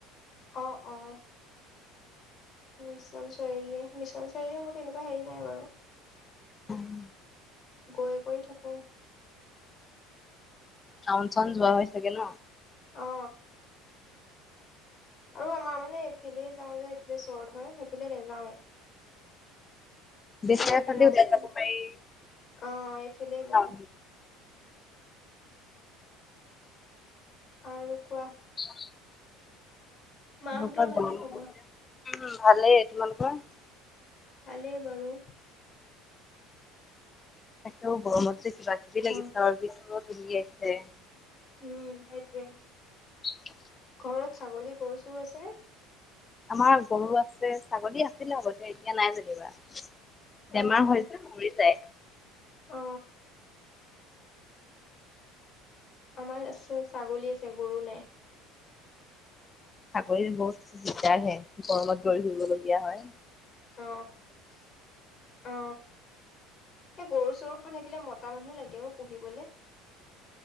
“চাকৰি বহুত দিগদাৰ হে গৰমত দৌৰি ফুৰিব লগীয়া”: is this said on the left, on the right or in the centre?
Left